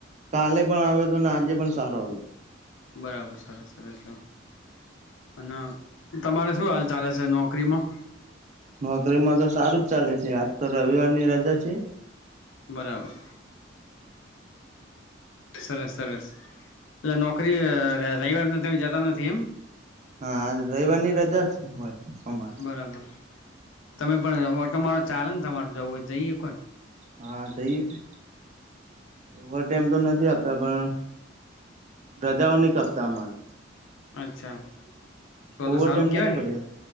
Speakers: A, on the right; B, on the left.
A: કાલે પણ આવે તો આજે પણ સારો આવ.
B: બરાબર સરસ સરસ. અને તમારે શું હાલ ચાલે છે નોકરીમાં?
A: નોકરીમાં તો સારું જ ચાલે છે આજ તો રવિવાર ની રજા છે.
B: બરાબર. સરસ સરસ, એટલે નોકરી રવિવારને તમે જતા નથી એમ?
A: હા આ રવિવાર ની રજા હોય અમારે.
B: બરાબર, તમે પણ ઓટોમારો ચાલે ને તમારે જવું હોય જઈએકો ને?
A: હા જઈ કે. ઓવર ટાઈમ તો નથી આપતા, પણ રજાઓ ન કપતા અમારે.
B: અચ્છા. તો તો
A: ઓવર
B: સારું
A: ટાઈમ
B: કેવાય
A: નથી પડ્યા